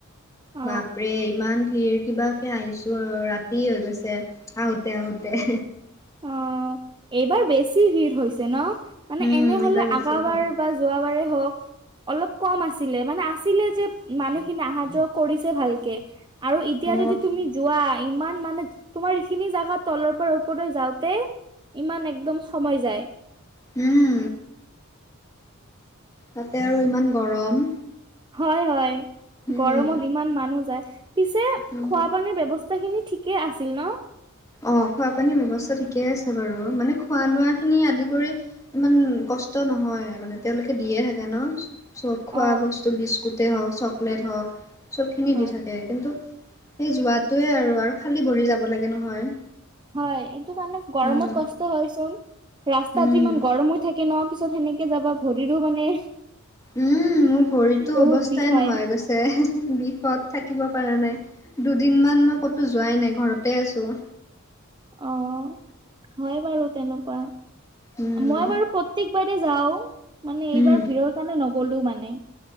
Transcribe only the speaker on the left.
বাপৰে ইমান ভিৰ কিবাকে আহিছো ৰাতি হৈ গৈছে আহোতে আহোতে
উম
এইবাৰ বেছিকে
অ
উম, তাতে আৰু ইমান গৰম।
উম
অ
অ খোৱা পানীৰ ব্যৱস্থা ঠিকেই আছে বাৰু মানে খোৱা-লোৱা খিনি আদি কৰি। ইমান কষ্ট নহয় মানে তেওঁলোকে দিয়ে থাকে ন। চ খোৱা
বস্তু বিস্কুটে হওঁক চকলেট হওঁক চবখিনি
দি থাকে কিন্তু, সেই যোৱাটোৱে আৰু আৰু খালী ভৰি যাব লাগে নহয়।
উম
উম
উম মোৰ ভৰিতো
অৱস্থাই
নোহোৱা হৈ গৈছে বিষত থাকিব পৰা নাই। দুদিনমান মই ক'তো যোৱাই নাই ঘৰতে আছোঁ।
উম,
উম,